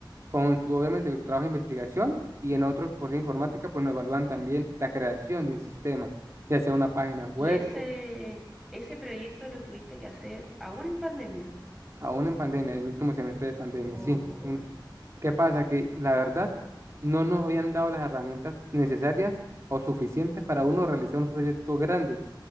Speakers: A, on the right; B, in the centre.
A: con su, obviamente, con su trabajo de investigación y en otro, por ser informática, pues nos evalúan también la creación de un sistema, ya sea una página web
B: ¿Y ese,
A: o
B: ese proyecto lo tuviste que hacer aún en pandemia?
A: aún en pandemia, en el último semestre de pandemia,
B: O...
A: sí. Un- ¿Qué pasa? Que la verdad no nos habían dado las herramientas necesarias o suficientes para uno realizar un proyecto grande,
B: Mm,